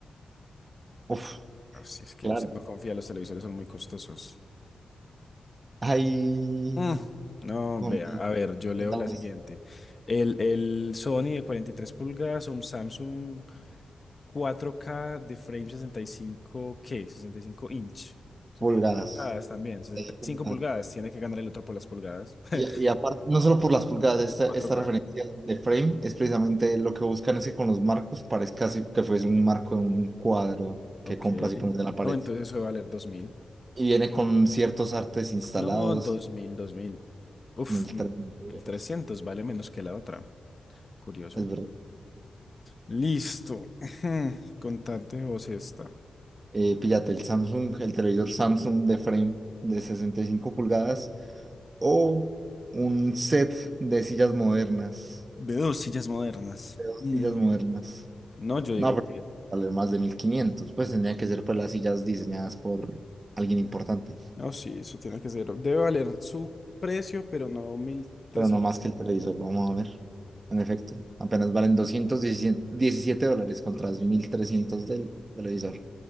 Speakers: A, on the right (about 40°); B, on the left (about 40°).
A: Uf.
B: Así es que
A: Claro.
B: usted no confía, los televisores son muy costosos.
A: Hay
B: Mm, No,
A: Humpty,
B: vea, a ver, yo leo
A: contando
B: la siguiente.
A: esto,
B: El, el Sony de 43 pulgadas, un Samsung cuatro k de frame sesenta y cinco ¿qué? 65 inch. sesenta
A: pulgadas.
B: y cinco pulgadas también, sesenta
A: eh, pulgadas.
B: y cinco pulgadas. Tiene que ganar el otro por las pulgadas. <laughs>
A: Y, y aparte, no solo por las pulgadas, esta,
B: cuatro
A: esta
B: k
A: referencia de frame es precisamente lo que buscan es que con los marcos parezca así que fuese un marco de un cuadro que
B: Ok.
A: compras y pones en la pared.
B: No, entonces eso va a valer 2000.
A: Y viene con ciertos artes instalados,
B: No, dos mil dos mil. Uf,
A: 1300
B: m-
A: dólares.
B: el 300 vale menos que la otra. Curioso.
A: Es verdad.
B: Listo. <clears throat> <laughs> Contate vos esta.
A: Eh, píllate el Samsung, el televisor Samsung de frame de 65 pulgadas o un set de sillas modernas.
B: De dos sillas modernas.
A: de dos
B: Mm,
A: sillas modernas.
B: No, yo
A: No,
B: digo
A: pero
B: que...
A: vale más de mil quinientos Pues tendría que ser pues las sillas diseñadas por alguien importante.
B: No, sí, eso tiene que ser. Debe valer su precio, pero no 1300.
A: Pero no más que el televisor, vamos a ver. En efecto, apenas valen 217 dólares contra los mil
B: Mm.
A: trescientos del televisor.